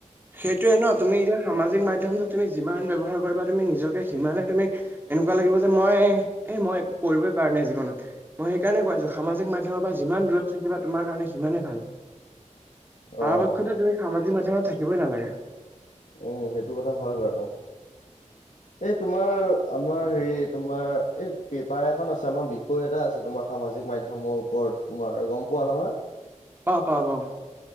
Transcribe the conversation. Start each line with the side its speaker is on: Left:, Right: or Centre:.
Right: সেইটোৱে ন তুমি এতিয়া সামাজিক মাধ্যমটো তুমি যিমান ব্যৱহাৰ কৰিবা তুমি নিজকে সিমানে তুমি এনেকোৱা লাগিব যে মই এ মই একো কৰিবই পৰা নাই জীৱনত। মই সেইকাৰণে কৈ আছো সামাজিক মাধ্যমৰ পৰা যিমান দূৰত থাকিবা তোমাৰ কাৰণে সিমানেই ভাল। পৰাপক্ষতে
Left: অ',
Right: তুমি সামাজিক মাধ্যমত থাকিবই নালাগে।
Left: উম সেইটো কথা হয় বাৰু।
Right: <inaudible>
Left: এই তোমাৰ আমাৰ হেৰি তোমাৰ এই পেপাৰ এখন আছে আমাৰ বিষয় এটা আছে তোমাৰ সামাজিক মাধ্যমৰ ওপৰত তোমাৰ গম পোৱা নহয়?
Right: অঁ পাওঁ পাওঁ।